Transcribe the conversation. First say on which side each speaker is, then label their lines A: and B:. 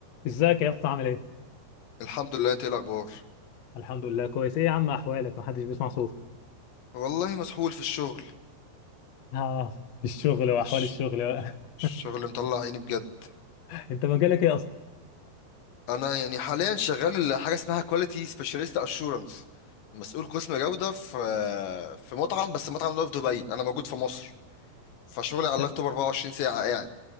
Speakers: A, on the left; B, on the left.
A: ازيك يا اسطى عامل ايه؟
B: الحمد لله انت ايه الاخبار
A: الحمد لله كويس ايه يا عم احوالك محدش بيسمع صوتك
B: والله مسحول في الشغل
A: اه الشغل واحوال
B: الش-
A: الشغل بقى.
B: الشغل مطلع عيني بجد
A: <laughs> انت مجالك ايه اصلا؟
B: انا يعني حاليا شغال حاجه اسمها كواليتي سبيشاليست اشورنس مسؤول قسم جوده في في مطعم بس المطعم ده في دبي انا موجود في مصر فشغلي على
A: ت-
B: اللابتوب 24 ساعه قاعد